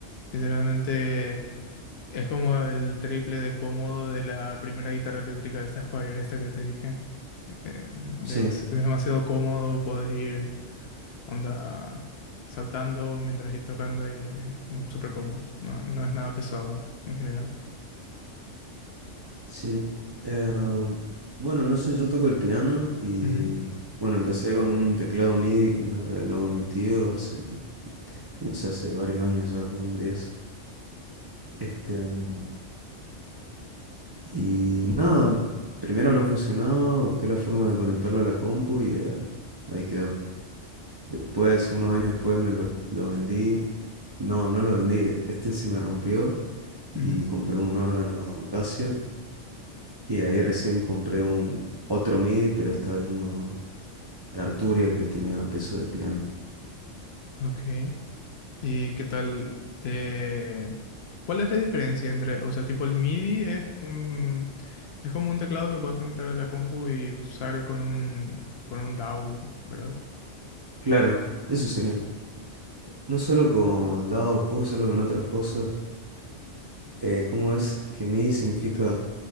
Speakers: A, on the left; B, on the right.
A: Literalmente es como el triple de cómodo de la primera guitarra eléctrica, esta Squire, esta que te dije. Eh, demas-
B: Sí,
A: demasiado cómodo, podés ir onda saltando mientras ir tocando y mm, súper cómodo. No, no es nada pesado en general.
B: sí. Ah, bueno, no sé, yo toco el piano y
A: Ujú,
B: bueno, empecé con un teclado MIDI que me regaló mi tío hace, no sé, hace varios años, ya como diez Este, mm, y nada, primero no funcionaba, busqué la forma de conectarlo a la compu y eh, ahí quedó. Después, unos años después, me lo, lo vendí. No, no lo vendí, este se me rompió
A: ujú.
B: y compré un órgano Casio y de ahí recién compré un otro MIDI, pero esta vez uno de Arturia que tenía peso de piano.
A: Ok. ¿Y qué tal te... ¿Cuál es la diferencia entre, o sea, tipo el MIDI es un, es como un teclado que puedes conectar a la compu y usar con un, con un DAW, ¿verdad?
B: Claro, eso sería. No solo con dados, puedo usarlo con otras cosas. Eh, ¿cómo es que MIDI significa